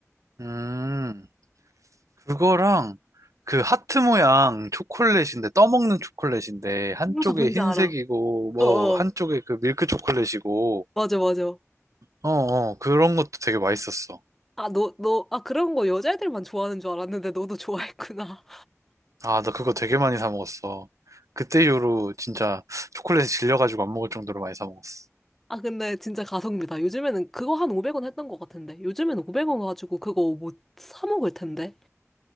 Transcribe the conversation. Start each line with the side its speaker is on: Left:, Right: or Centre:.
Right: 음, 그거랑 그 하트 모양 초콜릿인데, 떠먹는 초콜릿인데, 한쪽에
Centre: 홍사 뭔지
Right: 흰색이고,
Centre: 알아.
Right: 뭐,
Centre: 어어.
Right: 한쪽에 그 밀크 초콜릿이고,
Centre: 맞아, 맞아.
Right: 어, 어, 그런 것도 되게 맛있었어.
Centre: 아, 너, 너, 아, 그런 거 여자애들만 좋아하는 줄 알았는데 너도 좋아했구나.
Right: 아, 나 그거 되게 많이 사 먹었어. 그때 이후로 진짜 초콜릿에 질려가지고 안 먹을 정도로 많이 사 먹었어.
Centre: <laughs> 아, 근데 진짜 가성비다. 요즘에는 그거 한 500원 했던 것 같은데. 요즘에는 500원 가지고 그거 못 사 먹을 텐데.